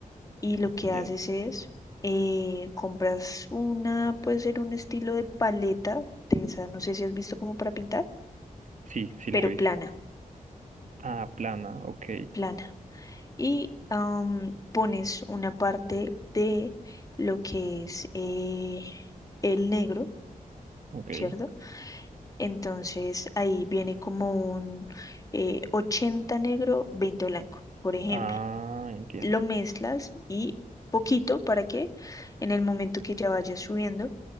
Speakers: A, on the left; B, on the right.
A: y lo
B: Entiendo.
A: que haces es eh, compras una, puede ser un estilo de paleta de esa, no sé si has visto como para pintar,
B: Sí, sí
A: pero
B: las he visto.
A: plana,
B: Ah, plana, ok,
A: plana. Y am, pones una parte de lo que es eh, el negro,
B: ok.
A: ¿cierto? Entonces ahí viene como un eh, 80 negro, 20 blanco, por ejemplo.
B: Ah, entiendo.
A: Lo mezclas y poquito para que en el momento que ya vayas subiendo,